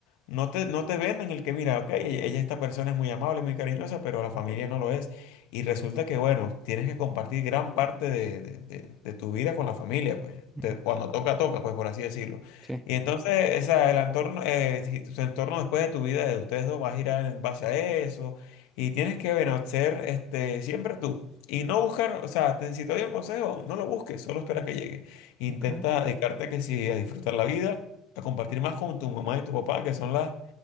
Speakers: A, on the left; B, in the centre.
A: no te, no te venden el que, mira, ok, ella, ella- esta persona es muy amable, muy cariñosa, pero la familia no lo es. Y resulta que, bueno, tienes que compartir gran parte de, de- de- de tu vida con la familia, pues.
B: Ujú,
A: Te- cuando toca, toca, pues por así decirlo.
B: Sí.
A: Y entonces, esa, el entorno, eh, si- su entorno después de tu vida, de ustedes dos, va a girar en base a eso. Y tienes que, bueno, ser este, siempre tú. Y no buscar, o sea, te- si te doy un consejo, no lo busques, solo espera que llegue. Intenta
B: Okay.
A: dedicarte que sí a disfrutar la vida, a compartir más con tu mamá y tu papá, que son las